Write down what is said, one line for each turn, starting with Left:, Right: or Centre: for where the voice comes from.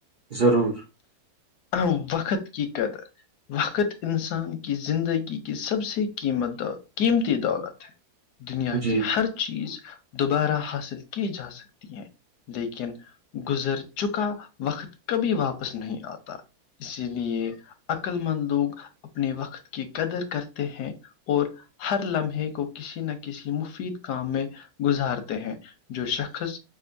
Right: ضرور
Left: ا وقت کی قدر وقت انسان کی زندگی کی سب سے قیمت قیمتی دالر
Right: <inaudible>
Left: دنیا
Right: جی
Left: کی ہر چیز دوبارہ حاصل کی جا سکتی ہیں لیکن گزر چکا وقت کبھی واپس وس نہیں آتا اسی لیے عقل مند لوگ اپنے وقت کی قدر کرتے ہیں اور ہر لمحے کو کسی نہ کسی مفید کام میں گزارتے ہیں جو شخص